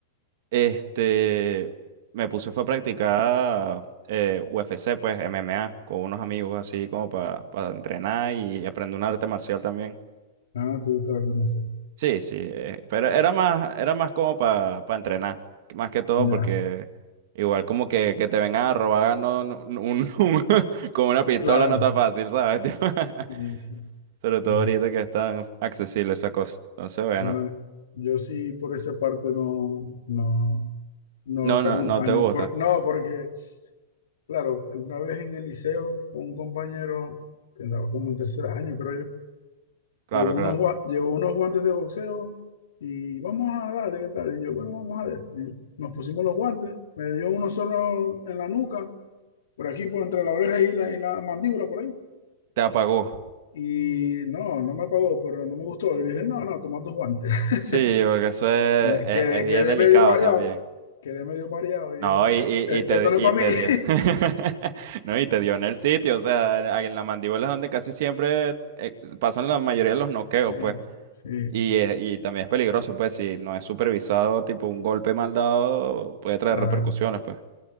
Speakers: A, on the right; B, on the left.
A: Este, me puse fue a practicar eh, UFC, pues MMA, con unos amigos así como para entrenar y aprender un arte marcial también.
B: Ah, te gusta hablar demasiado.
A: Sí, sí, eh, pero era más, era más como para entrenar, más que todo
B: Ya,
A: porque igual como que, que te vengan a robar no, no- no- un- un- <laughs> con una pistola
B: claro.
A: no está fácil, ¿sabes? Tipo, <laughs>
B: Sí, sí,
A: Sobre
B: sí,
A: todo ahorita
B: sí.
A: que es tan accesible esa cosa. Entonces, bueno,
B: Bueno, yo sí por esa parte no, no, no
A: no,
B: te
A: no,
B: acompaño.
A: no te gusta.
B: Por, no, porque, claro, una vez en el liceo, un compañero que andaba como en tercer año, creo yo,
A: Claro,
B: llevó unos,
A: claro.
B: gua- llevó unos guantes de boxeo y vamos a darle, ¿qué tal? Y yo, bueno, vamos a ver. Y nos pusimos los guantes, me dio uno solo en la nuca, por aquí, por entre la oreja y la, y la mandíbula, por ahí.
A: Te apagó.
B: Y no, no me apagó, pero no me gustó. Y le dije, no, no, toma tus guantes. <laughs>
A: Sí, porque eso es,
B: Eh,
A: es-
B: Quedé,
A: es bien
B: quedé
A: delicado
B: medio mareado.
A: también.
B: Quedé medio mareado. Y
A: No,
B: dije, no,
A: y, y,
B: esto, eh,
A: y te,
B: esto no
A: y
B: es para
A: te
B: mí. <laughs>
A: dio. <laughs> No, y te dio en el sitio, o sea, en la mandíbula es donde casi siempre eh, pasan la mayoría de los noqueos,
B: Sí,
A: pues.
B: sí,
A: Y, es- y también es peligroso, pues, si no es supervisado, tipo un golpe mal dado puede traer
B: claro,
A: repercusiones, pues.